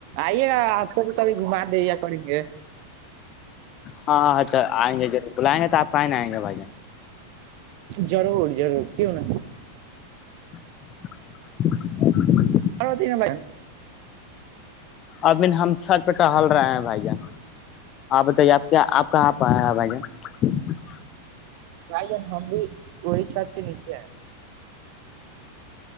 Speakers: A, on the right; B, on the left.
A: آئیے گا آپ کو بھی کبھی گھما دےے پانی گے
B: ہاں ہاں تو آئیں گے لائ گے آپ پائن آئیں گا بھائی جان
A: ضرور ضرور کیوں ن
B: <unintelligible>
A: اروتب
B: ابھین ہم چھت پہ ٹہل رہے ہیں بھائی جان آپ بتائیے آپ کیا آپ کہاں پ بھائی جان <inaudible>
A: بھائی جان ہم بھی وہی چھت کے نیچے ہیں